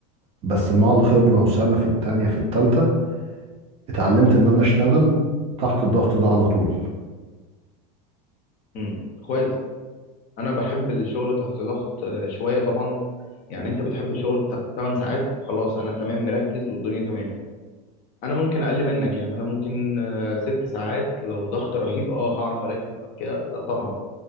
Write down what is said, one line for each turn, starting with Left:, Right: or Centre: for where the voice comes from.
Right: بس مع الخبرة وسنة في التانية في التالتة اتعلمت ان انا اشتغل تحت الضغط ده على طول
Left: امم كويس انا بحب الشغل تحت ضغط آه، شويه طبعا يعني انت بتحب الشغل 8 ساعات خلاص انا تمام مركز والدنيا تمام انا ممكن اقل منك يعني انا ممكن آه، ست ساعات لو ضغط رهيب اه هعرف اركز بعد كده لا طبعا